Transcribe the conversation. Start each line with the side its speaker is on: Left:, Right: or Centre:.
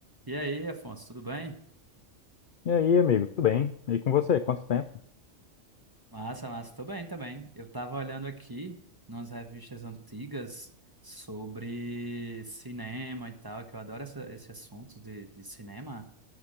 Right: E aí, Afonso, tudo bem?
Left: E aí, amigo, tudo bem? E com você, quanto tempo?
Right: Massa, massa, tô bem também. Eu tava olhando aqui nas revistas antigas sobre cinema e tal, que eu adoro essa- esse assunto de, de cinema,